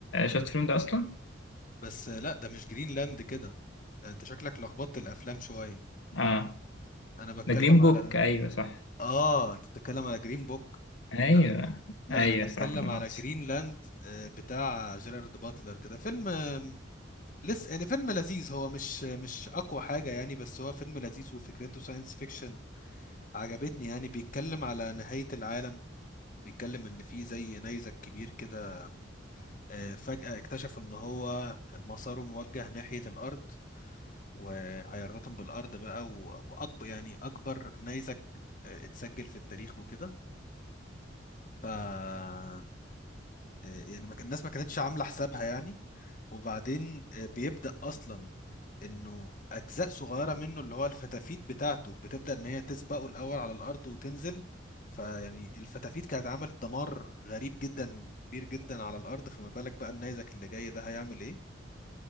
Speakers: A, on the left; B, on the left.
A: شفت الفيلم ده اصلا
B: بس لا ده مش جرينلاند كده انت شكلك لخبطت الافلام شويه
A: اه
B: انا بتكلم
A: ده جرين بوك
B: على
A: ايوه صح
B: اه انت بتتكلم على جرين بوك
A: ايوه
B: لا لا
A: ايوه
B: انا بتكلم
A: صح لا مؤاخذة
B: على جرينلاند آه، بتاع جيرارد باتلر كده فيلم آه، لسه يعني فيلم لذيذ هو مش مش اقوى حاجه يعني بس هو فيلم لذيذ وفكرته ساينس فيكشن عجبتني يعني بيتكلم على نهايه العالم بيتكلم ان في زي نيزك كبير كده آه، فجاه اكتشف ان هو مساره موجه ناحيه الارض وهيرتطم بالارض بقى و- واكبر يعني اكبر نيزك آه، اتسجل في التاريخ وكده ف آه، يعني ما كان- الناس ما كانتش عامله حسابها يعني وبعدين آه، بيبدا اصلا انه اجزاء صغيره منه اللي هو الفتافيت بتاعته بتبدا ان هي تسبقه الاول على الارض وتنزل فيعني الفتافيت كانت عملت دمار غريب جدا وكبير جدا على الارض فما بالك بقى النيزك اللي جاي ده هيعمل ايه